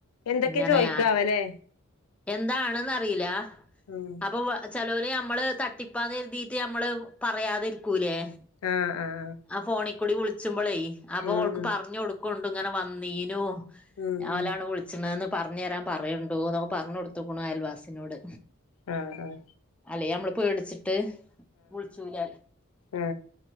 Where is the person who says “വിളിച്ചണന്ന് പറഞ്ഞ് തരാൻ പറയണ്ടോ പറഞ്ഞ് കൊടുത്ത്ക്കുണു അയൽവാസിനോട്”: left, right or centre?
Centre